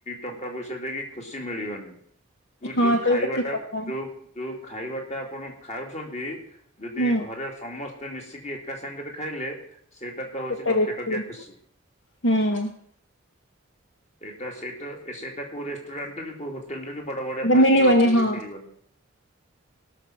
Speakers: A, on the left; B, on the left.
A: ଟଙ୍କା ପଇସା ଦେଇକି ଖୁସି ମିଳିବନି। କି
B: ହଁ
A: ଯୋଉ
B: ସେଇଟା
A: ଖାଇବା
B: ତ ଠିକ
A: ଟା
B: କଥା
A: ଯୋଉ ଯୋଉ ଖାଇବାଟା ଆପଣ ଖାଉଛନ୍ତି ଯଦି
B: ହୁଁ
A: ଘରେ ସମସ୍ତ ମିଶିକି ଏକା ସାଙ୍ଗ ରେ ଖାଇଲେ ସେଇଟା ତ ହଉଛି
B: ସେଟା
A: ଲକ୍ଷେ
B: ବେଶୀ
A: ଟଙ୍କିଆ
B: ହୁଁ।
A: ଖୁସି। ଏଇଟା ସେଟ ଏ ସେଇଟା କୋଉ ରେଷ୍ଟୁରାଣ୍ଟ କି କୋଉ ହୋଟେଲରେ ବି ବଡ ବଡ
B: ସେଟା
A: ଫାଇଫଷ୍ଟାର
B: ମିଳିବନି
A: ହୋଟେଲରେ
B: ହଁ
A: ବି ମିଳିବନି।